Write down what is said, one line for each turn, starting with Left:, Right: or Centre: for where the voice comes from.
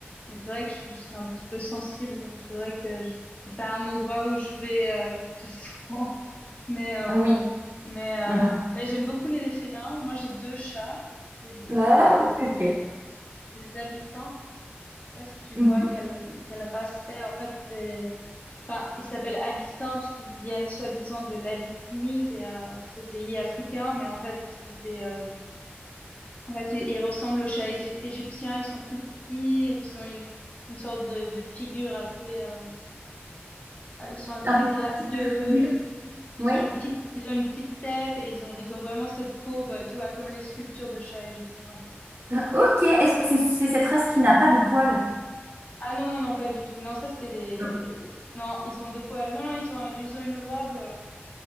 Left: Mais c'est vrai que je, je suis un petit peu sensible, donc c'est vrai que je- c'est pas un endroit où je vais euh, <laughs> très souvent. Mais euh,
Right: Oui.
Left: mais euh,
Right: Mhm.
Left: mais j'aime beaucoup les félins. Moi, j'ai deux chats, j'ai des
Right: Wow, ok.
Left: j'ai des abyssins. Je sais pas si tu
Right: Mhm.
Left: vois quelle quelle race c'est. En fait, c'est enfin ils s'appellent abyssins parce qu'ils viennent soi-disant de l'Abyssinie, qui est euh, ce pays africain, mais en fait ils ont été euh, en fait, ils, ils ressemblent aux chats égy- égyptiens, ils sont tout petits, et ils ont une, une sorte de, de figure assez, euh, ah, ils sont
Right: Un
Left: très
Right: petit
Left: gracieux,
Right: un petit peu triangulaire.
Left: ils
Right: Ouais.
Left: ont une petite, ils ont une petite tête et ils ont, ils ont vraiment cette courbe, euh, tu vois, comme les sculptures de chats égyptiens un peu.
Right: Ah, Ok. Est-ce que c'est c'est cette race qui n'a pas de poils?
Left: Ah non, non, non, pas du tout. Non, ça c'est les,
Right: Non.
Left: non, ils ont des poils. Non, non, ils ont, ils ont une robe, euh,